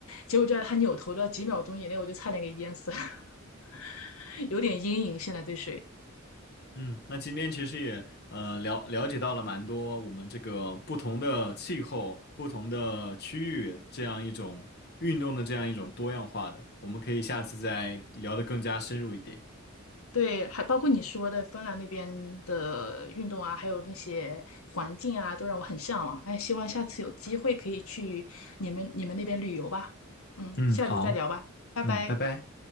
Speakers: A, on the left; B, on the left.
A: 结果就在他扭头的几秒钟以内，我就差点给淹死了，<laughs> 有点阴影。现在对水，
B: 嗯，那今天其实也呃了了解到了蛮多我们这个不同的气候、不同的区域这样一种运动的这样一种多样化的，我们可以下次再聊得更加深入一点。
A: 对，还包括你说的芬兰那边的运动啊，还有那些环境啊，都让我很向往。哎，希望下次有机会可以去你们你们那边旅游吧。嗯，
B: 嗯，
A: 下次再聊吧，
B: 好，
A: 拜拜。
B: 嗯，拜拜。